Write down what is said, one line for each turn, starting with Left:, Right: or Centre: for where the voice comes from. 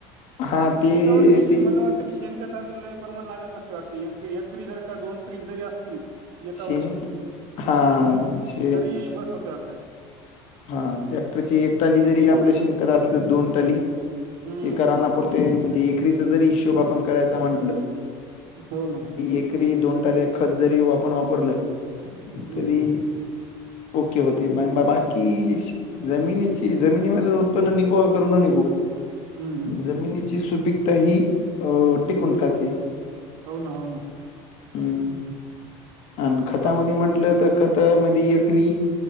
Left: हा ते
Right: एकां वर्षी
Left: ते
Right: मलां वाटतं की शेणं खतांले लंय प्रमाणं लागतं नसते वाटतं एकरी जरं कां दोन ट्र्रीप जरी असतील एका
Left: शेणं खाचं
Right: तेही बसं होते वाटते
Left: हां टॅक्टरची एक टांली जरी आपल्या शिणंखतं असलं तरी दोन टांली
Right: हम्म
Left: एकांरांना पुुरते म्हणजे एकरीचा जरी हिशोब आपणं करांयचा म्हटलं
Right: हो नां
Left: एकरी दोन टांले खंत जरी आपणं वापरलं
Right: हम्म
Left: तरी
Right: हम्म
Left: ओके होते बायं माय बांय कि जमिनीची जमिनीमधूंन उत्पन्न निघूं अगरं नं निघो
Right: हम्म हम्म
Left: जमिनीची सुपीकतां ही टिकूंन राहते
Right: होनां हो नां
Left: हम्मं आणि खतांमध्यें
Right: मग
Left: म्हंटलं तरं खतांमध्यें वीकरी